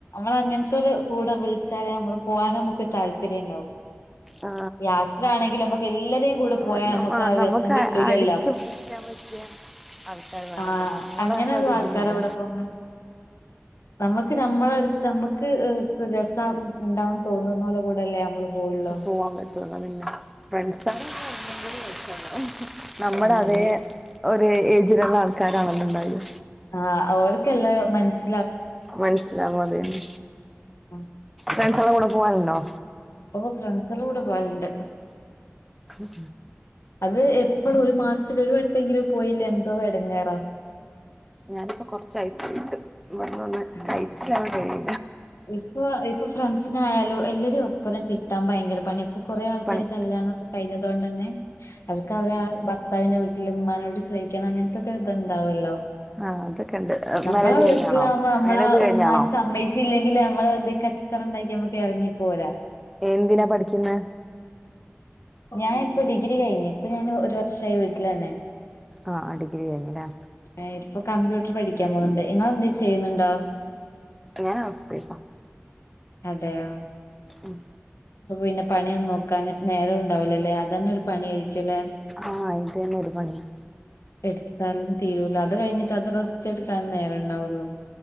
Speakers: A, on the left; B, in the centre.
A: അങ്ങനത്തതില് കൂടെ വിളിച്ചാലേ നമ്മള് പോകാൻ നമുക്കൊരു താല്പര്യം ഉണ്ടാവു
B: ആ
A: യാത്ര ആണെങ്കില് നമ്മുക്കെല്ലാരെയും കൂടപ്പോയാ
B: നമ്മ നമ്മ
A: നമുക്കാ
B: ആ,
A: ഒരസം
B: നമുക്ക്
A: കിട്ടൂല
B: അടിച്ചു
A: അല്ലോ
B: പൊളിക്കാൻ പറ്റിയ ആൾക്കാർ വേണല്ലോ
A: ആഹ്
B: നമ്മളെ
A: അങ്ങനെയുള്ള
B: ആ ഒരു
A: ആൾക്കാരെ
B: ഇതിനുള്ള
A: കൂടെ പോന്നെ നമ്മക്ക് നമ്മളെ നമുക്ക് ഏഹ് രസം ഉണ്ടാവും തോന്നുന്നോരുടെ കൂടെല്ലേ നമ്മള് പോവുള്ളൂ
B: പോവാൻ പറ്റുള്ളൂ പിന്നെ ഫ്രണ്ട്സ് <unintelligible> നമ്മുടെ അതേ
A: അതെ
B: ഒരു ഏജിലുള്ള ആൾക്കാരാണല്ലൊണ്ടാകുക
A: ആ ഓർക്കെല്ലാം ഒരു മനസ്
B: മനസ്സിലാകും അത് തന്നെ
A: ഉംഹ്
B: ഫ്രണ്ടസ് എല്ലാം കൂടെ പോകാറുണ്ടോ
A: ഓഹ് ഫ്രണ്ട്സ്ടെകൂടെ പോകാറുണ്ട്
B: ഉം
A: അത് എപ്പളും ഒരുമാസത്തിലൊരു വട്ടെങ്കിലും പോയില്ലേ എന്തോ എടങ്ങേറാ
B: ഞാനിപ്പോ കൊറച്ചായിട്ട് പോയിട്ട് ഇവടെ വന്ന്
A: അതെ
B: തയ്ച്ചിലാവാൻ കയിണില്ല
A: ഇപ്പൊ ഇപ്പൊ ഫ്രണ്ട്സിനായാലും എല്ലാരേം ഒപ്പന്നെ കിട്ടാൻ ഭയങ്കര പണിയാ ഇപ്പ കുറേ ആൾക്കാര്
B: പണി
A: കല്യാണൊക്കെ കഴിഞ്ഞതോണ്ടന്നെ അവർക്ക് അവരെ ആ ഭർതാവിനെ വി വീട്ടിലുമ്മാനോട് ചോയിക്കണം അങ്ങനത്തൊക്കെത്ണ്ടാവല്ലോ
B: ആ അതൊക്കെ ഉണ്ട്
A: നമ്മളെ
B: മാരേജ്
A: വീട്ടിലാവുമ്പോ
B: കഴിഞ്ഞാണോ
A: നമ്മളെ
B: മാരേജ് കഴിഞ്ഞാണോ
A: ഉമ്മാര് സമ്മയി ഇല്ല നമ്മള് എന്തേം കച്ചറണ്ടാക്കി നമ്മുക്ക് ഇറങ്ങി പോരാ
B: എന്തിനാ പഠിക്കുന്നെ
A: ഞാനിപ്പൊ ഡിഗ്രി കഴിഞ്ഞു ഇപ്പൊ ഞാൻ ഒരു വർഷമായി വീട്ടിലന്നെ
B: ആ ഡിഗ്രി കഴിഞ്ഞല്ലേ
A: ഏഹ് ഇപ്പൊ കമ്പ്യൂട്ടർ പഠിക്ക ചൊമകൊണ്ട് നിങ്ങളെന്തേം ചെയ്യുന്നുണ്ടോ
B: ഞാൻ ഹൗസ് വൈഫാ
A: അതെയോ
B: ഉം
A: അപ്പൊപിന്നെ പണിയൊന്നും നോക്കാൻ നേരം ഉണ്ടാവില്ലല്ലേ അതന്നെ ഒരു പണിയായിരിക്കുംല്ലെ
B: ആഹ് ഇത് തന്നെ ഒരുപണിയാ
A: എടുത്താലും തീരൂല അത് കഴിഞ്ഞിട്ട് അത് റസ്റ്റ് എടുക്കാനും നേരണ്ടാവുള്ളു